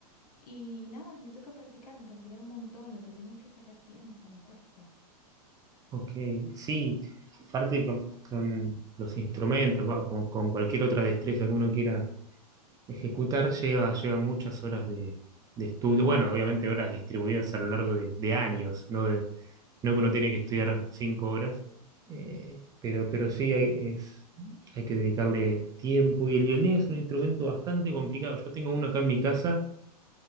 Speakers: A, on the left; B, on the right.
A: Y nada, me toca practicar, practicar un montón, lo que tengo es que sacar tiempo, me cuesta.
B: ok, sí. Aparte con, con los instrumentos, va, con, con cualquier otra destreza que uno quiera Ejecutar lleva, lleva muchas horas de, de estudio, bueno, obviamente horas distribuidas a lo largo de, de años, ¿no? De- no que uno tiene que estudiar cinco horas, eh, pero, pero sí hay, es- hay que dedicarle tiempo y el violín es un instrumento bastante complicado. Yo tengo uno acá en mi casa,